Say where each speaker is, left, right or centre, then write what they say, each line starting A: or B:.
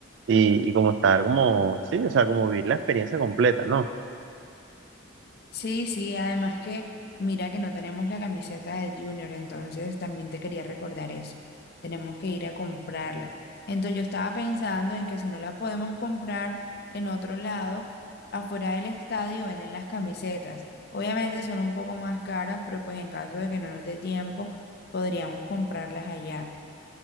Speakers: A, on the right; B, on the left.
A: y, y como estar como, sí, o sea, como vivir la experiencia completa, ¿no?
B: Sí, sí, además que mira que no tenemos la camiseta del Junior, entonces también te quería recordar eso. Tenemos que ir a comprarla. Entonces yo estaba pensando en que si no la podemos comprar en otro lado, afuera del estadio venden las camisetas. Obviamente son un poco más caras, pero pues en caso de que no nos dé tiempo, podríamos comprarlas allá.